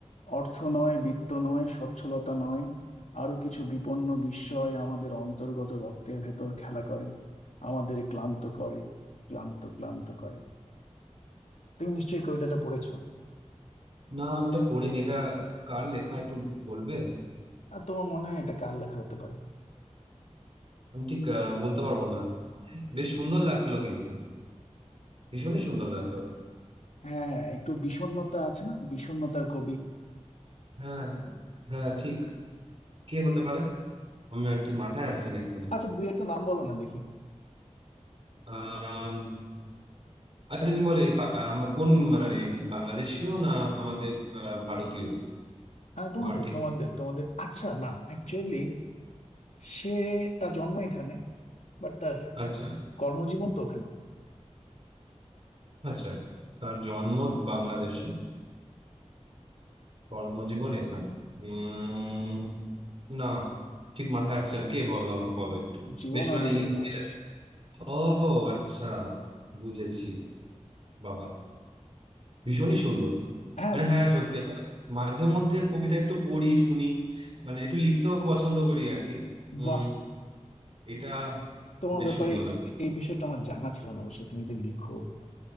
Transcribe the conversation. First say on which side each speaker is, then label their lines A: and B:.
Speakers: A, on the left; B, on the right.
A: অর্থ নয় বিত্ত নয় সচ্ছলতা নয় আরো কিছু বিপন্ন বিস্ময় আমাদের অন্তর্গত রক্তের ভেতর খেলা করে আমাদের ক্লান্ত করে ক্লান্ত ক্লান্ত করে তুমি নিশ্চয়ই কবিতাটা পড়েছো
B: না আমি এটা পড়িনি এটা কার লেখা একটু বলবে
A: আর তোমার মনে হয় এটা কার লেখা হতে পারে
B: আমি ঠিক আহ, বলতে পারবো না বেশ সুন্দর লাগলো কিন্তু ভীষণই সুন্দর লাগলো
A: হ্যাঁ একটু বিষণ্ণতা আছে না বিষণ্ণতার কবি
B: হ্যাঁ হ্যাঁ ঠিক কে হতে পারে আমার ঠিক মাথায় আসছে না এক্ষুনি
A: আচ্ছা দুই একটা নাম বলো না দেখি
B: আম, আচ্ছা তুমি বলে এ পা- আমার কোন মানে বাংলাদেশীয় না আমাদের আহ, ভারতীয়
A: হ্যাঁ তোমাদের
B: আমার ঠিক
A: তোমাদের তোমাদের আচ্ছা না অ্যাকচুয়ালি সে তার জন্ম এখানে বাট তার
B: আচ্ছা
A: কর্মজীবন তো ওখানে
B: আচ্ছা তার জন্ম বাংলাদেশে কর্মজীবন এখানে উম না ঠিক মাথায় আসছে না কে বলো আমাকে বলো একটু
A: জীবনানন্দ
B: বেশ মানে ইমেল
A: দাশ
B: ও আচ্ছা বুঝেছি বাবা ভীষণই সুন্দর
A: হ্যাঁ
B: মানে হ্যাঁ সত্যি আসলে মাঝে মধ্যে কবিতা একটু পড়ি শুনি মানে একটু লিখতেও পছন্দ করি আর কি উম
A: বাহ
B: এটা
A: তোমার
B: বেশ
A: ব্যাপারে
B: সুন্দর লাগে
A: এ- এই বিষয়টা আমার জানা ছিল না অবশ্য তুমি যে লিখো